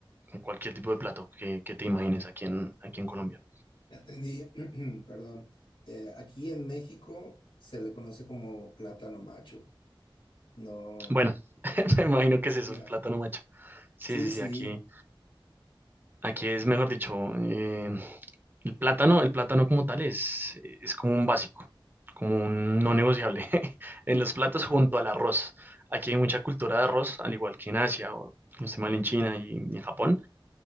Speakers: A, on the right; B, on the left.
A: con cualquier tipo de plato que, que te imagines aquí en, aquí en Colombia.
B: Ya entendí. <clears throat> Perdón. Eh, aquí en México se le conoce como plátano macho. No,
A: Bueno, <laughs> me imagino que es eso,
B: ya.
A: el plátano macho. Sí,
B: Sí,
A: sí, sí,
B: sí.
A: aquí, aquí es, mejor dicho, eh, el plátano, el plátano como tal es, es como un básico, como un no negociable <laughs> en los platos junto al arroz. Aquí hay mucha cultura de arroz, al igual que en Asia, o no estoy mal, en China y, y en Japón,